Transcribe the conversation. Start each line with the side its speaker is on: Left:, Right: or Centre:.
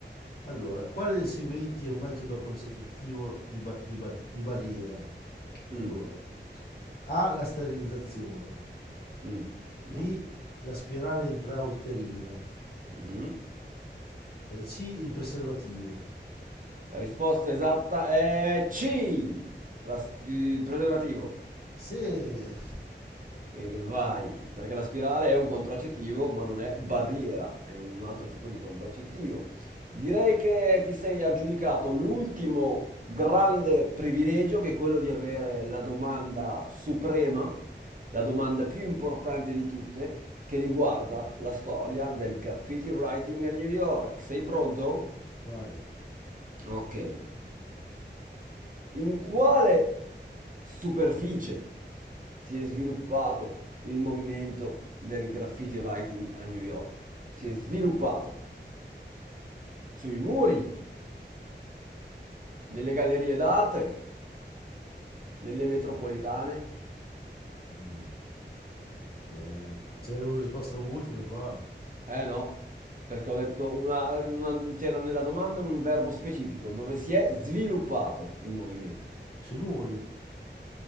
Left: Allora, quale dei seguenti è un metodo concentrativo di, ba- di ba- di barriera?
Right: Mm,
Left: Allora, A. La sterilizzazione.
Right: mm, no.
Left: B. La spirale intrauterina.
Right: Mhm.
Left: E C. Il preservativo.
Right: La risposta esatta è C, la s- il preservativo.
Left: Se...
Right: E che vai, perché la spirale è un contraccettivo, ma non è barriera, è un altro tipo di contraccettivo. Direi che ti sei aggiudicato l'ultimo grande privilegio, che è quello di avere la domanda suprema, la domanda più importante di tutte, che riguarda la storia del graffiti writing a New York. Sei pronto?
Left: Vai.
Right: Ok. In quale superficie si è sviluppato il movimento del graffiti writing a New York? Si è sviluppato sui muri, nelle gallerie d'arte, nelle metropolitane?
Left: Mm. Eh, c'è la risposta multipla qua.
Right: Eh no, perché ho detto una, una- c'era nella domanda un verbo specifico dove si è sviluppato il movimento.
Left: Sui muri.